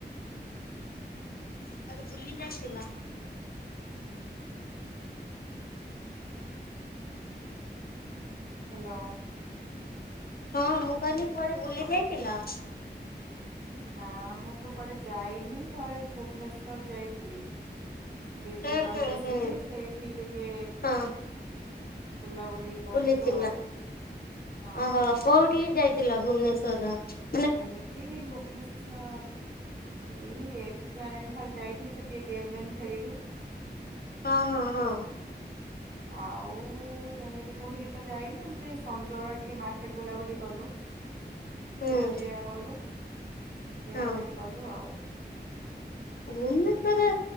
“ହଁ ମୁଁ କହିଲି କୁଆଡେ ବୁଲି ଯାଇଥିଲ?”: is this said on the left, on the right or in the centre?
Left